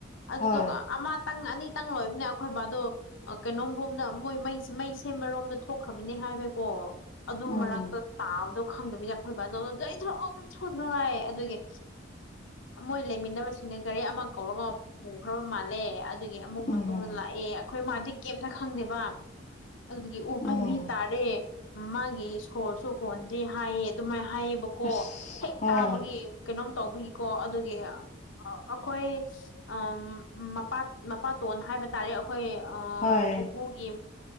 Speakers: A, on the left (about 75°); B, on the left (about 35°).
A: ꯑꯗꯨꯗꯀꫭ
B: ꯍꯣꯏ
A: ꯑꯃꯠ ꯇꯪ ꯑꯅꯤꯇꯪ ꯂꯣꯏꯕꯅꯦ ꯑꯩꯈꯣꯏ ꯕꯥꯗꯣ ꯀꯩꯅꯣꯝ ꯕꯣꯝꯗ ꯃꯣꯏ ꯃꯩ ꯃꯩ ꯁꯦꯝꯕꯔꯣꯝꯗ ꯊꯣꯛꯈ꯭ꯔꯕꯅꯤ ꯍꯥꯏꯕꯩꯀꯣ ꯑꯗꯨ
B: ꯎꯝ
A: ꯃꯔꯛꯇ ꯇꯥꯕꯗꯣ ꯈꯪꯗꯕꯤꯗ ꯑꯩꯈꯣꯏ ꯕꯥꯖꯧꯗꯣ ꯒꯥꯔꯤ ꯊꯧꯔꯛ ꯑꯣ ꯊꯧꯔꯛꯇꯔꯤꯕꯣ ꯍꯏꯌꯦ ꯃꯣꯏ ꯂꯩꯃꯤꯟꯅꯕꯁꯤꯡꯅ ꯒꯥꯔꯤ ꯑꯃ ꯀꯧꯔꯒ ꯄꯨꯈ꯭ꯔꯕ ꯃꯥꯜꯂꯦ ꯑꯗꯨꯒꯤ ꯑꯃꯨꯛ ꯃꯇꯨꯡꯗ
B: ꯎꯝ
A: ꯂꯥꯛꯑꯦ ꯑꯩꯈꯣꯏ ꯃꯥꯗꯤ ꯀꯩꯝꯇ ꯈꯪꯗꯦꯕ ꯑꯗꯨꯗꯒꯤ ꯎ ꯐꯟꯕꯤ
B: ꯎꯝ
A: ꯇꯥꯔꯦ ꯃꯥꯒꯤ ꯁꯣꯔꯁꯨ ꯍꯣꯟꯗ꯭ꯔꯦ ꯍꯥꯏꯌꯦ ꯑꯗꯨꯃꯥꯏꯅ ꯍꯥꯏꯌꯦꯕꯀꯣ
B: ꯑꯁ
A: ꯍꯦꯛ
B: ꯍꯣꯏ
A: ꯇꯥꯕꯒꯤ ꯀꯩꯅꯣꯝ ꯇꯧꯕꯒꯤꯀꯣ ꯑꯗꯨꯒꯤ ꯑꯩꯈꯣꯏ ꯑꯝ ꯃꯄꯥ ꯃꯄꯥꯇꯣꯟ ꯍꯥꯏꯕ ꯇꯥꯔꯦ ꯑꯩꯈꯣꯏ
B: ꯍꯣꯏ
A: ꯄꯨꯄꯨꯒꯤ